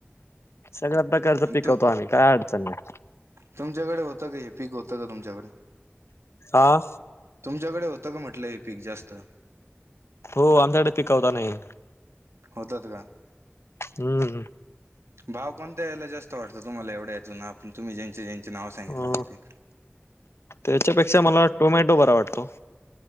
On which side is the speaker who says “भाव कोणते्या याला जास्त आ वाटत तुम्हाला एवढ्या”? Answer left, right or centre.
Right